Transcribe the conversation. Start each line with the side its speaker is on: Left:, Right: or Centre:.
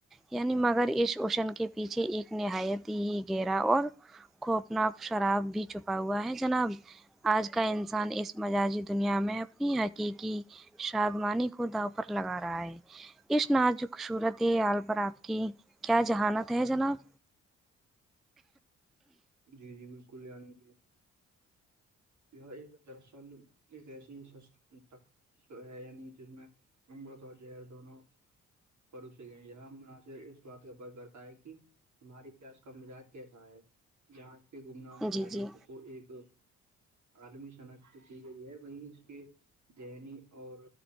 Centre: یعنی مگر اس شوشن کے پیچھے ایک نہایت ہی گہرا اور کو اپنا شراب بھی چھپا ہوا ہے جناب آج کا انسان اس مججی دنیا میں اپنی حقیقی شادمانی کو داؤ پر لگا رہا ہے ا ند جو خصورت ہے آال پرر آپ کی کیا جہانت ہے جناب
Right: جی جی بالکل ینی جی یہ ایک دراصل ایک کیسی تک ہے یعنی جس میں امرت اور جر دونوں پرو یہ مناصر اس بات کا اپر کرتا ہے کہ ہمارے پس کا مزاج کیسا ہے جاں کی گمنام سہریت
Centre: جی جی
Right: کو ایک آدمی سناخ کو دی گئی ہے وہیں اس کے ذنی اور